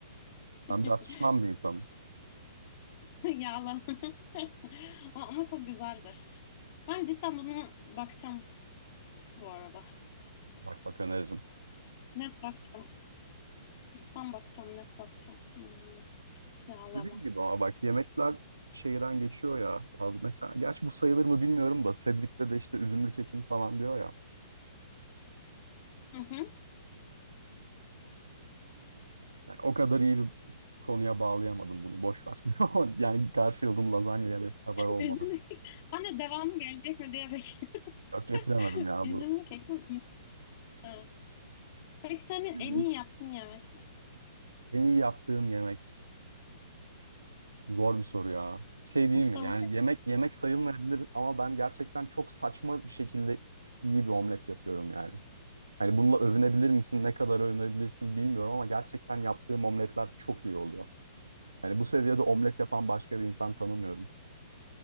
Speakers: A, on the left; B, on the right.
A: <laughs>
B: Ben biraz şişman bir insanım.
A: Yağlama. <laughs> Ama ama çok güzeldir. Ben cidden buna bakacağım bu arada.
B: Bak bak öneririm.
A: Net bakacağım. Ben bakacağım, net bakacağım. Hmm, yağlama.
B: Dediğim gibi ama bak yemekler şeyden geçiyor ya. Abi mesela gerçi bu sayılır mı bilmiyorum da Cedric'te de işte üzümlü kekim falan diyor ya.
A: Hı hı.
B: Yani o kadar iyi bir konuya bağlayamadım bunu. Boş ver. <laughs> Yani Garfield'ın lazanya yemesi kadar olmadı.
A: Üzümlü kek. <laughs> Ben de devamı gelecek mi diye bekliyorum.
B: Yok getiremedim
A: <laughs>
B: ya
A: Üzümlü
B: bu.
A: kekim. Ha. Peki senin
B: Bizim
A: en iyi yaptığın yemek ne?
B: En iyi yaptığım yemek. Zor bir soru ya. Şey değil
A: Ustalık.
B: mi? Yani yemek yemek sayılmayabilir ama ben gerçekten çok saçma bir şekilde iyi bir omlet yapıyorum yani. Hani bununla övünebilir misin? Ne kadar övünebilirsin bilmiyorum ama gerçekten yaptığım omletler çok iyi oluyor. Hani bu seviyede omlet yapan başka bir insan tanımıyorum.